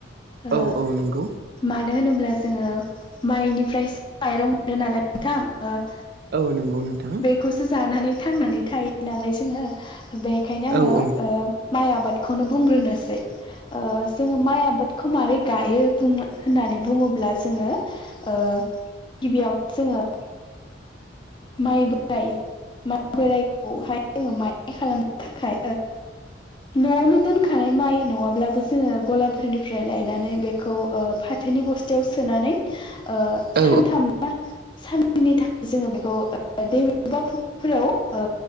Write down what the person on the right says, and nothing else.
औ औ नंगौ
औ नंगौ नोंथां
औ
औ
औ